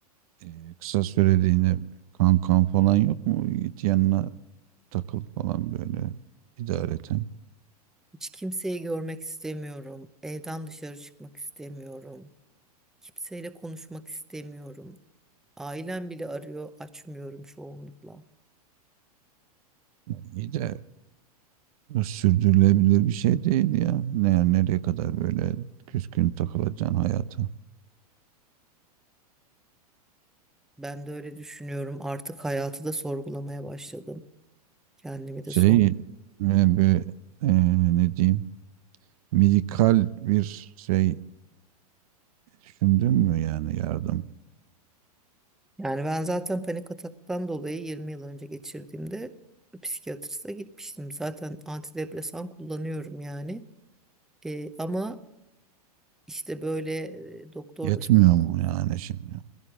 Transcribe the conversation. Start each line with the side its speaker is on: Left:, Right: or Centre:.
Right: e, kısa süreliğine kankan falan yok mu? Git yanına takıl falan böyle idareten.
Centre: Hiç kimseyi görmek istemiyorum. Evden dışarı çıkmak istemiyorum. Kimseyle konuşmak istemiyorum. Ailem bile arıyor, açmıyorum çoğunlukla.
Right: Yani iyi de Bu sürdürülebilir bir şey değil ya. Ne, nereye kadar böyle küskün takılacaksın hayata?
Centre: Ben de öyle düşünüyorum. Artık hayatı da sorgulamaya başladım. Kendimi
Right: Şey,
Centre: de sor.
Right: e, bir, e, ne diyeyim, medikal bir şey düşündün mü yani yardım?
Centre: Yani ben zaten panik ataktan dolayı 20 yıl önce geçirdiğimde psikiyatriste gitmiştim. Zaten antidepresan kullanıyorum yani. Ee, ama işte böyle e, doktor
Right: Yetmiyor
Centre: da
Right: mu yani şimdi?